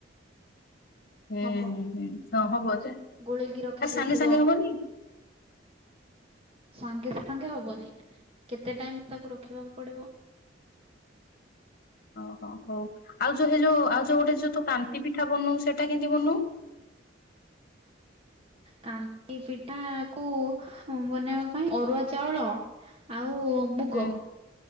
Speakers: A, on the left; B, on the right.
A: ହୁଁ
B: ହବ।
A: ହୁଁ ହଁ ହବ ଯେ।
B: ଗୋଳେଇକି ରଖି
A: ଆ
B: ଦେଇଥିବ।
A: ସାଙ୍ଗେ ସାଙ୍ଗେ ହବନି
B: ସାଙ୍ଗେ ସାଙ୍ଗେ ହବନି କେତେ ଟାଇମ ତାକୁ ରଖିବାକୁ ପଡିବ।
A: ଓହୋ ହଉ ଆଉ ଯୋଉ ସେଇ ଯଉ ଯୋଉ ଗୋଟେ ଯୋଉ ତୁ କାନ୍ତି ପିଠା ବନଉ ସେଇଟା କେମିତି ବନଉ
B: କାନ୍ତି ପିଠା କୁ ବନେଇବା ପାଇଁ ଅରୁଆ ଚାଉଳ ଆଉ ମୁଗ
A: ହୁଁ